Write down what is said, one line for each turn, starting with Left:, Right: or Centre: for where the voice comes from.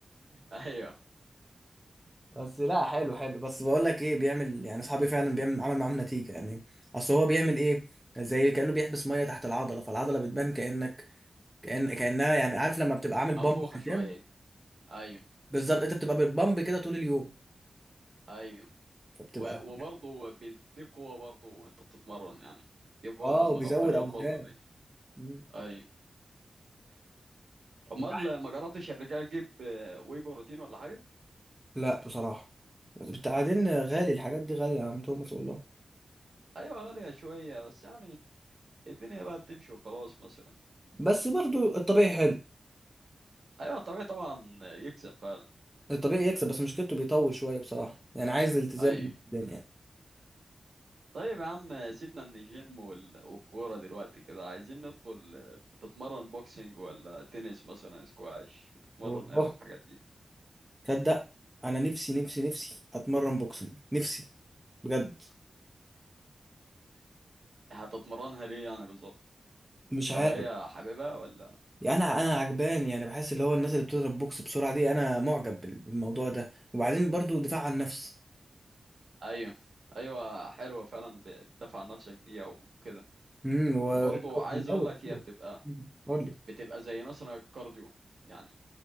Right: ايوه
Centre: بس لا حلو حلو بس بقول لك ايه بيعمل يعني اصحابي فعلا بيعمل عمل معاهم نتيجه يعني اصل هو بيعمل ايه زي كانه بيحبس ميه تحت العضله فالعضله بتبان كانك كأن... كانها يعني عارف لما بتبقى عامل بامب
Right: منفوخه
Centre: في الجيم
Right: شويه ايوه
Centre: بالظبط انت بتبقى بالبامب كده طول اليوم
Right: ايوه
Centre: فبتبقى
Right: و... وبرضه بيديك قوه برضه وانت بتتمرن يعني دي برضه
Centre: اه
Right: من
Centre: وبيزود
Right: الافضليات
Centre: اوزان
Right: برضه ليه
Centre: مم.
Right: ايوه امال
Centre: انت عارف-
Right: ما جربتش قبل كده تجيب آه، واي بروتين ولا حاجه
Centre: لا بصراحه بعدين غالي الحاجات دي غاليه يا عم توماس والله
Right: ايوه غالية شوية بس يعني الدنيا بقى بتمشي وخلاص مثلا
Centre: بس برضو الطبيعي حلو
Right: ايوه طبيعي طبعا يكسب فعلا
Centre: الطبيعي يكسب بس مشكلته بيطول شويه بصراحه يعني عايز التزام
Right: ايوه
Centre: جدا يعني
Right: طيب يا عم سيبنا من الجيم وال- والكورة دلوقتي كده عايزين ندخل بتتمرن بوكسينج ولا تنس مثلا سكواش بتتمرن
Centre: هو
Right: ايه
Centre: اه
Right: في الحاجات دي
Centre: تصدق انا نفسي نفسي نفسي اتمرن بوكسنج نفسي بجد
Right: هتتمرنها ليه يعني بالظبط
Centre: مش عارف
Right: هواية حاببها ولا
Centre: يعني انا انا عجبان يعني بحس اللي هو الناس اللي بتضرب بوكس بسرعه دي انا معجب بال- بالموضوع ده وبعدين برضو دفاع عن النفس
Right: ايوه ايوه حلوة فعلا ب- بتدافع عن نفسك بيها وكده
Centre: امم و
Right: وبرضه
Centre: <laughs>
Right: عايز اقول لك هي بتبقى
Centre: قول لي
Right: بتبقى زي مثلا الكارديو يعني